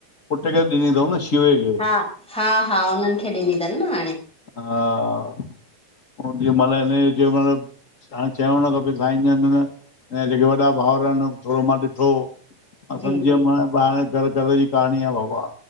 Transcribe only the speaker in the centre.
हा हा हा हुनननि खे ॾिनी अथनि न हाणे
जी
जी